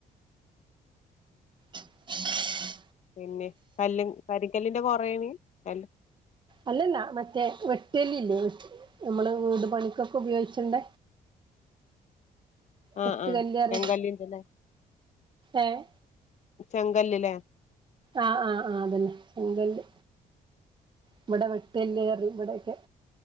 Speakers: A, on the right; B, on the left.
A: <unintelligible>
B: പിന്നെ കല്ല്, കരിക്കല്ലിന്റെ- കോറയാണി കല്ല്.
A: അല്ലല്ലാ, മറ്റേ വെട്ട് കല്ലില്ലേ? നമ്മള് വീട് പണിക്കൊക്കെ- ഉപയോഗിച്ചണ്ട.
B: <inaudible>
A: വെട്ട്
B: ആഹ്
A: കല്ല്റയ്,
B: ചെങ്കല്ലിന്റെല്ലേ
A: ഏഹ്..,
B: ചെങ്കല്ല്ല്ലേ?
A: ആഹ്, ആഹ്, ആഹ്, അതന്നെ. ചെങ്കല്ല്. ഇവിടെ വെട്ട്കല്ല്റയും, ഇവിടെയെക്കെ.